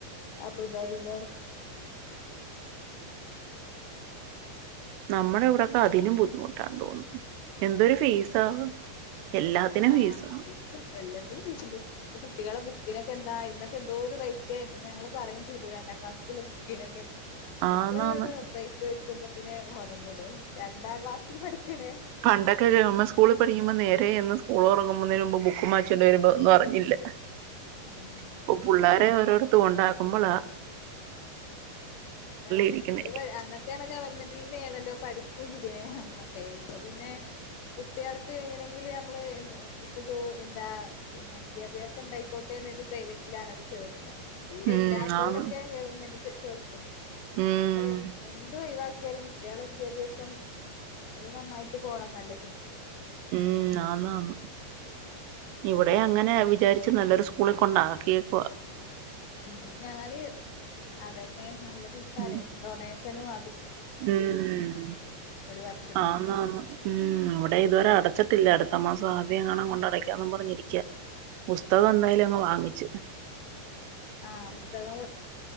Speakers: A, on the left; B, on the right.
A: അബുദാബിയിലാണ്
B: നമ്മുടെ ഇവിടെൊക്കെ അതിനും ബുദ്ധിമുട്ടാന്ന് തോന്നുന്നു എന്തൊരു ഫീസാ എല്ലാത്തിനും
A: ആഹ്
B: ഫീസാ.
A: എല്ലാത്തിനും ഇണ്ട് കുട്ടികളെ ബുക്കിനൊക്കെ എന്താ വില <unintelligible> എന്തൊരു ഞങ്ങള് പറയെം ചെയ്തു രണ്ടാം ക്ലാസില് <unintelligible>
B: ആന്നാന്ന്.
A: എത്രയാണ് റേറ്റ് ചോദിക്കുമ്പോത്തിന് ബോധം കെടും രണ്ടാം ക്ലാസ്സിൽ പഠിക്കണേ
B: പണ്ടൊക്കെ ഗവണ്മെന്റ് സ്കൂളിൽ പഠിക്കുമ്പോ നേരെ എന്ന് ഓളോറങ്ങുന്നേനു മുൻപ് ബുക്ക് വാങ്ങിച്ചോണ്ട് വരുമ്പോ ഒന്നും അറിഞ്ഞില്ല
A: ആഹ്
B: ഇപ്പൊ
A: അതന്നെ
B: പിള്ളാരെ <unintelligible> ഉണ്ടാക്കുമ്പോളാ
A: <unintelligible>
B: ഇരിക്കുന്നേ
A: മെന്റില് അന്നത്തെയണ് ഗവർമെന്റിൽ വേണല്ലോ പടുപ്പും ചിതിനെ നമ്മളൊക്കെ ഇപ്പോ പിന്നെ കുട്ടികൾക്ക് എങ്ങനെങ്കിലും നമ്മള് എ ഇപ്പൊ ജോ എന്താ പിന്നെ വിദ്യാഭ്യാസം ഉണ്ടായിക്കോട്ടെ ന്നരുതി പ്രൈവറ്റിലാണത് ചേർത്ത തീരെ
B: ഉം
A: ഇല്ലാത്തോള്
B: ആന്ന്
A: ഗവൺമെന്റില്ചേർക്കും
B: ഉം
A: നമ്മള് എന്തുവാ ഇവ ഒലും കുട്ടികള വിദ്യാഭ്യാസം അത് നന്നായിട്ട് പോകണം നല്ല
B: ഉം ആന്ന് ആന്ന് ഇവിടെ അങ്ങനെ വിചാരിച്ച് നല്ലൊരു സ്കൂള കൊണ്ടാക്കിയക്ക
A: ഉ ഞങ്ങള് അതന്നെ നല്ലൊ ഫിസണേ
B: ഉം
A: ഡൊണേ തനുവ
B: ഉം
A: ഒരു വർഷത്തിന്
B: ആന്ന് ആന്ന് ഉ ഇവിടെ ഇതുവരെ അടച്ചിട്ടില്ല അത്തമാസം ആദ്യം എങ്ങനും കൊണ്ടടയ്ക്കും പറഞ്ഞിരിക്ക പുസ്തകം എന്തായാലും അങ്ങ് വാങ്ങിച്ചു
A: ആഹ പുസ്തകം